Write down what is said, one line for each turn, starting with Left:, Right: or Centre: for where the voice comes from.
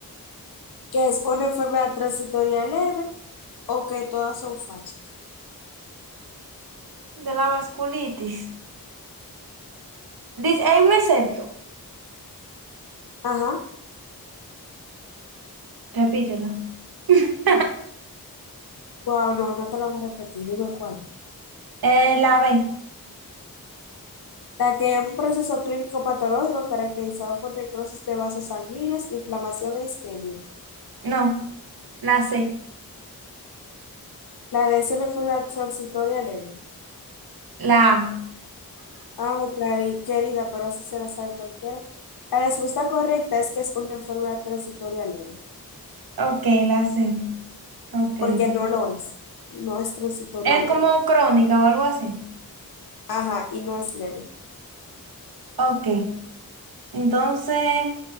Left: que es una enfermedad transitoria leve o que todas son falsas.
Right: de la vasculitis. Dice, hay un excepto.
Left: Ajá.
Right: Repítelo. <laughs>
Left: Wow, no, no te la voy a repetir, dime cuál.
Right: Eh, la B,
Left: La que es un proceso clínico patológico caracterizado por necrosis de vasos sanguíneos, inflamación e isquemia.
Right: no, la C,
Left: La de es una enfermedad transitoria leve.
Right: la A.
Left: Ay, cari- querida, pero así se la sabe cualquiera. La respuesta correcta es que es una enfermedad transitoria leve,
Right: Ok, la sé. Ok.
Left: porque no lo es. No es transitoria
Right: Es
Left: leve.
Right: como crónica o algo así.
Left: Ajá, y no es leve.
Right: Ok. Entonces,